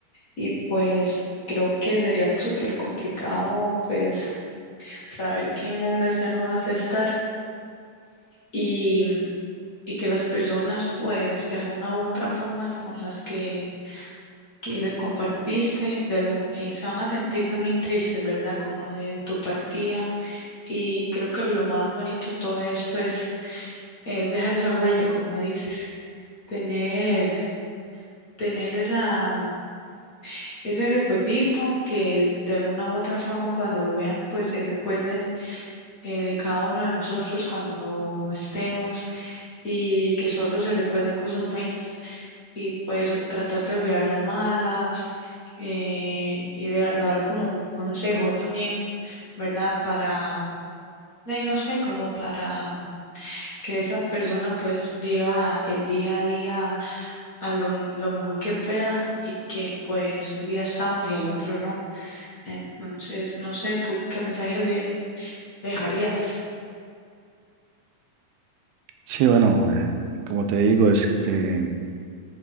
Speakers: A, on the left; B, on the right.
A: y pues creo que sería súper complicado pues saber que en un mes ya no vas a estar. Y y que las personas, pues, de alguna u otra forma con las que, que le compartiste, de algún- eh, se van a sentir también tristes, ¿verdad? Como de tu partida. Y creo que lo más bonito de todo esto es, es dejar esa huella, como dices, tener, tener esa, mm, ese recuerdito que de alguna u otra forma cuando lo vean, pues se recuerden eh, de cada uno de nosotros cuando no estemos y que solo se recuerden cosas buenas. y pues tratar de olvidar las malas eh, y de dar como un consejo también, ¿verdad? Para, de ahí no sé, como para que esa persona pues viva el día a día a lo, lo mejor que pueda y que pues un día estamos y al otro no. Entonces, no sé, ¿tú qué mensaje le dejarías?
B: Sí, bueno, eh, como te digo, este,